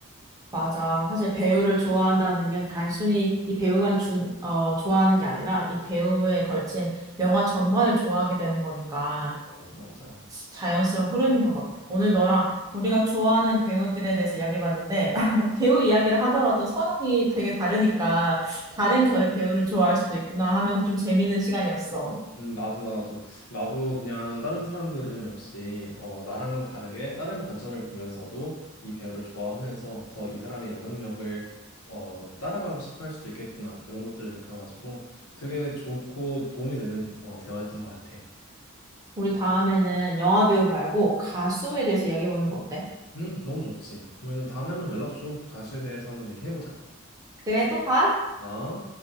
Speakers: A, on the right; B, on the left.
A: 맞아. 사실 배우를 좋아한다는 게 단순히 이 배우만 주, 어, 좋아하는 게 아니라 이 배우에 걸친 영화 전반을 좋아하게 되는 거니까
B: 맞아, 맞아, 맞아.
A: 자연스러운 흐름인 것 같아. 오늘 너랑 우리가 좋아하는 배우들에 대해서 이야기해봤는데 <laughs> 배우 이야기를 하더라도 성향이 되게 다르니까 다른 결의 배우를 좋아할 수도 있구나 하면서 좀 재밌는 시간이었어.
B: 음, 나도, 나도, 나도 그냥 다른 사람들은 역시, 어, 나랑은 다르게 다른 관점을 보면서도 이 배우를 좋아하면서 더 이 사람의 영향력을, 어, 따라가고 싶어 할 수도 있겠구나. 이런 것들을 느껴가지고 되게 좋고 도움이 되는, 어, 대화였던 것 같아.
A: 우리 다음에는 영화 배우 말고 가수에 대해서 이야기해보는 거 어때?
B: 음, 너무 좋지. 그러면은 다음에 한번 연락 줘. 가수에 대해서 한번 얘기해보자.
A: 그래, 또 봐.
B: 아.